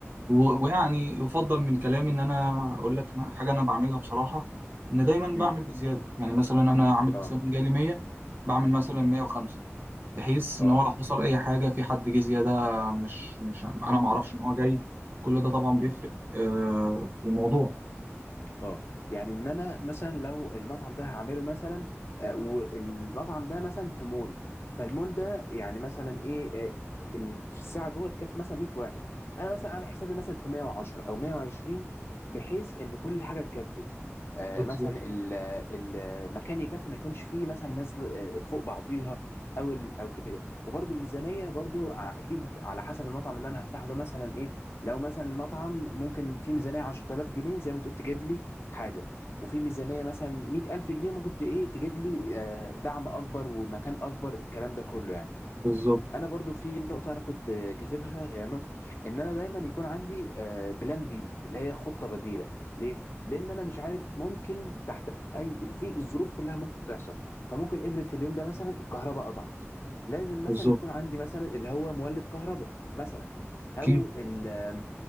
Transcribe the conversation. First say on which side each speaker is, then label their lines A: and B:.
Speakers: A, on the right (about 45°); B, on the left (about 60°).
A: و-
B: مم،
A: ويعني يفضل من كلامي ان انا اقول لك أنا- حاجه انا بعملها بصراحه ان دايما
B: مم،
A: بعمل بزياده يعني مثلا انا عامل
B: اه
A: حساب ان جاي لي 100 بعمل مثلا
B: مم،
A: 105 بحيث
B: اه
A: ان هو لو حصل اي حاجه في حد جه زياده مش مش انا ما
B: مم،
A: اعرفش ان هو جاي كل ده طبعا بيفرق
B: مم.
A: آه، في الموضوع
B: اه يعني ان انا مثلا لو المطعم ده هعمله مثلا آه، والمطعم ده مثلا في مول فالمول ده يعني مثلا ايه آه، ال- في الساعه جوه تكفي مثلا 100 واحد انا مثلا عامل حسابي مثلا في 110 او 120 بحيث ان كل حاجه تكفي آه،
A: بالظبط
B: مثلا ال- ال- المكان يكفي ما يكونش فيه مثلا ناس آه، فوق بعضيها او ال- او كده وبرده الميزانيه برده اكيد على حسب المطعم اللي انا هفتحه ده مثلا ايه لو مثلا مطعم ممكن فيه ميزانيه 10000 جنيه زي ما تقول تجيب لي حاجة وفي ميزانية مثلا 100000 جنيه ممكن ت- إيه تجيب لي آه، دعم أكبر ومكان أكبر الكلام ده كله يعني
A: بالظبط
B: انا برضو في نقطه انا كنت آه، كاتبها هي نقطه ان انا دايما يكون عندي آه، بلان بي اللي هي خطه بديله ليه لان انا مش عارف ممكن تحت اي في الظروف كلها ممكن تحصل فممكن افرض في اليوم ده مثلا الكهرباء قطعت لازم
A: بالظبط
B: مثلا يكون عندي مثلا اللي هو مولد كهرباء مثلا
A: اكيد
B: او ال آم،